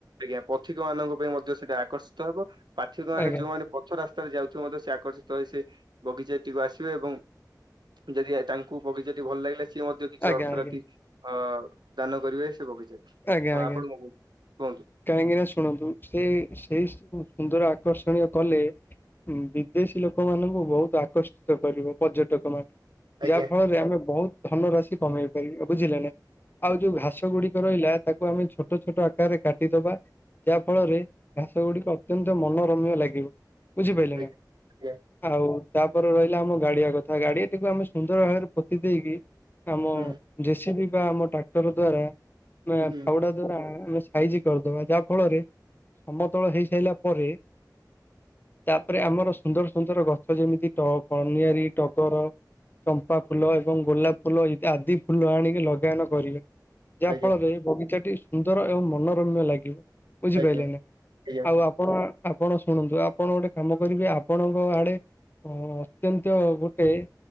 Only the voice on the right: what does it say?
ଆଜ୍ଞା ପଥିକ ମାନଙ୍କ ପାଇଁ ମଧ୍ୟ ସେଇଟା ଆକର୍ଷିତ ହେବ ପାର୍ଥିକ ମାନେ
ଯୋଉମାନେ ପ ରାସ୍ତାରେ ଯାଉଥିବ ମଧ୍ୟ ସେ ଆକର୍ଷିତ ହେଇ ସେ ବଗିଚାଟିକୁ ଆସିବେ ଏବଂ ଯଦି ଏ ତାଙ୍କୁ ପଗିଚା ଟି ଭଲ ଲାଗିଲେ ସିଏ ମତେ ଯ କିଛି
ଅର୍ଥନତି
ଅ ଦାନ କରିବେ ସେ ବଗିଚା ଟି
ଆ
ଆପଣଙ୍କୁ କୁହନ୍ତୁ
ଆଜ୍ଞା
ଆଜ୍ଞା
ଆଜ୍ଞା
ହୁଁ
ହୁଁ
ଆଜ୍ଞା
ଆଜ୍ଞା
ଆଜ୍ଞା